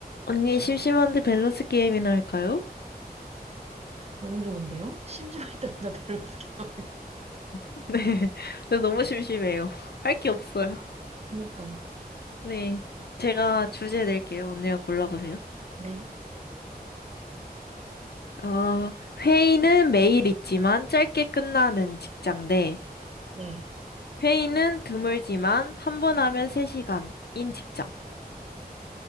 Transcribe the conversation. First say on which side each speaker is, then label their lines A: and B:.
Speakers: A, on the left; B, on the right.
A: 언니, 심심한데 밸런스 게임이나 할까요?
B: 너무 좋은데요? 심심할 때마다 밸런스 게임 하고.
A: <laughs> 네. 네, 너무 심심해요. <laughs> 할 게 없어요.
B: 그니까.
A: 네. 제가 주제 낼게요. 언니가 골라보세요.
B: 네.
A: 어, 회의는 매일 있지만 짧게 끝나는 직장 대
B: 네.
A: 회의는 드물지만 한 번 하면 3시간인 직장.